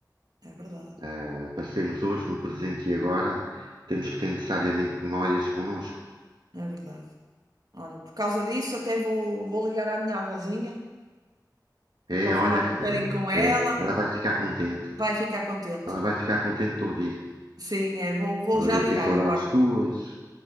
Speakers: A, on the right; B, on the right.
A: é verdade,
B: Uh, passemos hoje no presente e agora, temos que ter necessariamente memórias connosco.
A: é verdade. Olha, por causa disso até vou, vou ligar à minha avózinha
B: É,
A: para
B: olha,
A: falar um
B: é,
A: bocadinho com ela.
B: é, ela vai ficar contente.
A: Vai ficar contente.
B: Ela vai ficar contente de te ouvir.
A: Sim, é, vou, vou
B: Ela
A: já
B: deve
A: ligar
B: ter saudades
A: agora.
B: tuas.